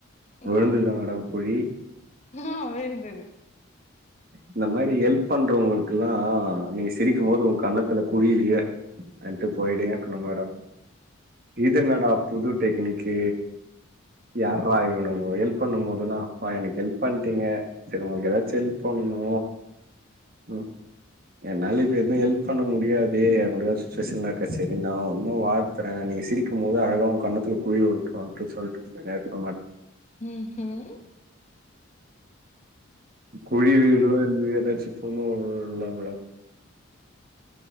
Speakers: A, on the left; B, on the right.
A: ம்
B: விழுந்துதா மேடம் குழி
A: ஆ விழுந்தது
B: இந்த மாரி எல்ப் பண்றவுங்குளுக்குல்லா நீங்க சிரிக்கும்
A: ம்
B: போது உங்கன்னத்துல குழிலியே அட்டு போய்டேருக்கணூ மேடோ இது என்னடா புது டெக்னிக் டே யார்ரா இவனுங் ஒ எல்ப் பண்ணும் போதெல்லா அப்பா எனக்கு எல்ப் பண்ட்டீங்க செர் உங்களுக்கு எதாச்சு எல்ப் பண்ணூ ம் என்னால இப்ப எதுவு எல்ப் பண்ண முடியாது என்னுடைய சுச்சுவேஷன்ல இருக்கே செரி நா உன்னோ வாழத்துறே நீ சிரிக்கும் போது அழகா உ கன்னத்துல குழி உட்ரூன்டு சொல்ட்டு நேருக் மாட்
A: ம்ஹும்
B: குழி விழுதோ இல்லையோ எதாச்சு <unintelligible> மேடம்